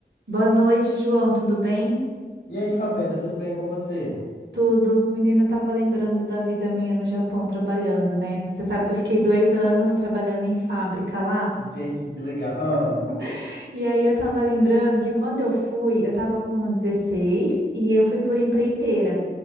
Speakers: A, on the right (about 75°); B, on the left (about 75°).
A: Boa noite, João. Tudo bem?
B: E aí, Roberta, tudo bem com você?
A: Tudo. Menino, eu tava lembrando da vida minha no Japão trabalhando, né? Você sabe que eu fiquei dois anos trabalhando em fábrica lá.
B: Gente, que legal. Ah,
A: <laughs> E aí eu tava lembrando que quando eu fui, eu tava com 16 e eu fui por empreiteira.